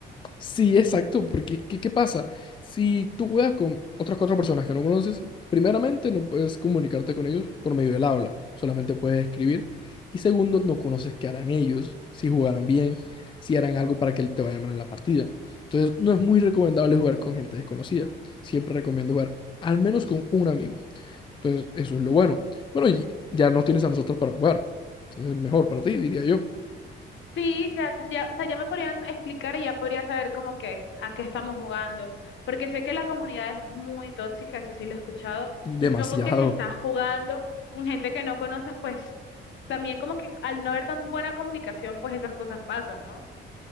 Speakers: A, on the left; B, on the left.
A: Sí, exacto, porque ¿qué, qué pasa? Si tú juegas con otras cuatro personas que no conoces, primeramente no puedes comunicarte con ellos por medio del habla, solamente puedes escribir. Y segundo, no conoces qué harán ellos, si jugarán bien, si harán algo para que te vaya mal en la partida. Entonces, no es muy recomendable jugar con gente desconocida. Siempre recomiendo jugar al menos con un amigo. Entonces, eso es lo bueno. Bueno, y ya no tienes a nosotros para jugar. Entonces, mejor para ti, diría yo.
B: Sí, ya tendría, o sea, ya me podrían explicar y ya podría saber como que a qué estamos jugando, porque sé que la comunidad es muy tóxica, eso sí lo he escuchado,
A: Demasiado.
B: y supongo que si estás jugando con gente que no conoces, pues también como que al no haber tan buena comunicación, pues esas cosas pasan, ¿no?